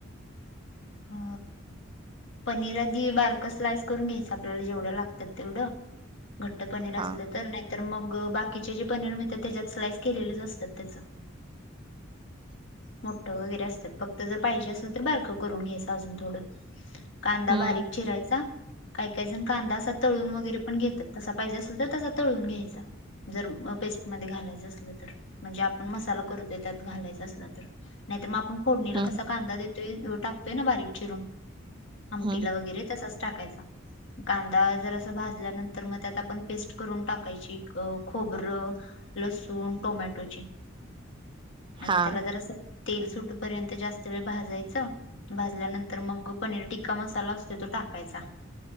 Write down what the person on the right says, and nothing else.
हा
हम्म
हम्म
हम्म
हा